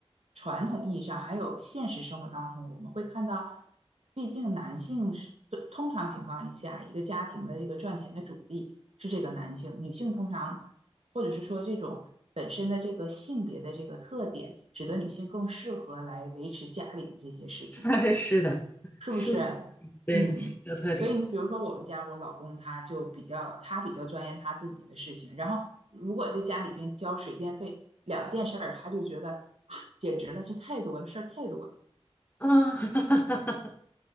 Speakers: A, on the right; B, on the left.
A: 传统意义上，还有现实生活当中，我们会看到，毕竟男性是通通常情况下，一个家庭的这个赚钱的主力是这个男性，女性通常或者是说这种本身的这个性别的这个特点，使得女性更适合来维持家里的这些事情。
B: <laughs> 是的，
A: 是不是？
B: 性格，对，
A: 嗯，
B: 性格特点，
A: 所以你比如说我们家我老公他就比较他比较钻研他自己的事情，然后如果在家里边交水电费两件事儿，他就觉得啊，简直了，这太多了，事儿太多了，
B: 啊，<laughs>